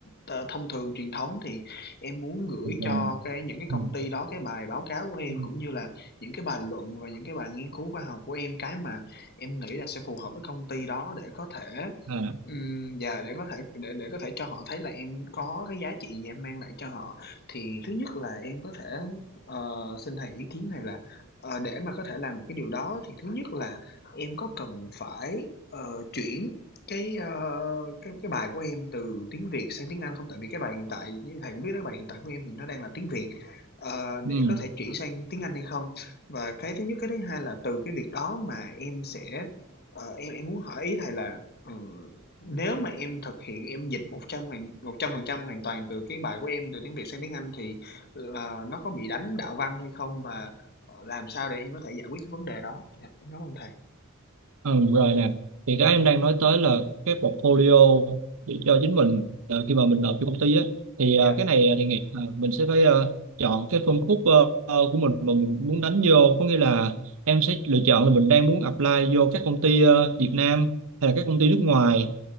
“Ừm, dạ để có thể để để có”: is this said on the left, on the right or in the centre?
Left